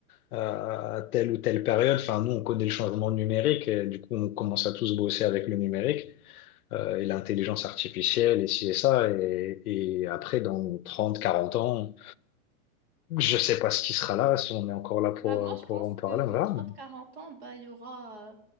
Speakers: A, on the left; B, on the right.
A: à, à telle ou telle période. Enfin, nous, on connaît le changement numérique et du coup, on commence à tous bosser avec le numérique euh, et l'intelligence artificielle et ci et ça. Et, et après, dans 30 40 ans, je sais pas ce qui sera là, si on est encore là pour,
B: Bah, moi, je
A: pour
B: pense
A: en parler,
B: que dans
A: on verra.
B: trente quarante ans, bah, il y aura, euh,